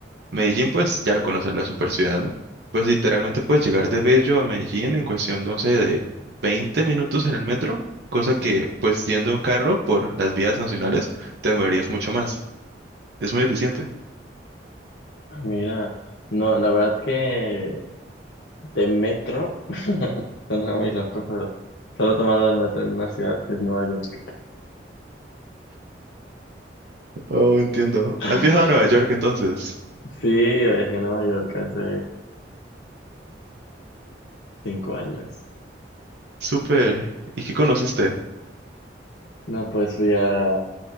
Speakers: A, on the right; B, on the left.
A: Medellín, pues ya lo conoces, la super ciudad, ¿no? Pues literalmente puedes llegar de Bello a Medellín en cuestión de, no sé, de 20 minutos en el metro, cosa que, pues yendo en carro por las vías nacionales, te demorarías mucho más. Es muy eficiente.
B: Ah, Mira, no, la verdad que de metro, <laughs> suena muy loco, pero solo he tomado el metro en una ciudad que es Nueva York.
A: Oh, entiendo.
B: <laughs>
A: ¿Has viajado a Nueva York entonces?
B: Sí, viajé a Nueva York hace cinco años.
A: Súper. ¿Y qué conociste?
B: No, pues fui a,